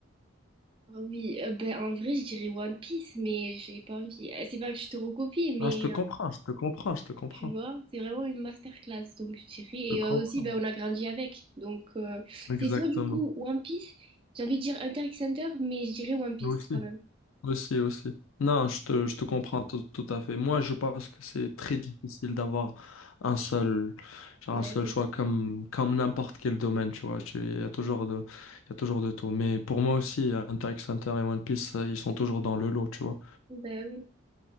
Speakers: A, on the right; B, on the left.
A: Ah oui, euh, ben, en vrai, je dirais One Piece, mais j'ai pas envie. euh, C'est pas que je te recopie, mais
B: Non, je te comprends,
A: euh,
B: je te comprends, je te comprends,
A: tu vois, c'est vraiment une masterclass, donc je dirais. Et
B: je te comprends.
A: euh, aussi, ben, on a grandi avec. Donc, euh,
B: Exactement.
A: c'est soit du coup One Piece, j'ai envie de dire Hunter x Hunter, mais je dirais One Piece
B: Nous aussi.
A: quand même.
B: Aussi, aussi. Non, je te, je te comprends tout, tout à fait. Moi, je pense que c'est très difficile d'avoir un seul, genre un
A: Ben
B: seul
A: oui,
B: choix comme, comme n'importe quel domaine, tu vois. Tu- Il y a toujours de, il y a toujours de tout. Mais pour moi aussi, euh, Hunter x Hunter et One Piece, euh, ils sont toujours dans le lot, tu vois.
A: ben oui.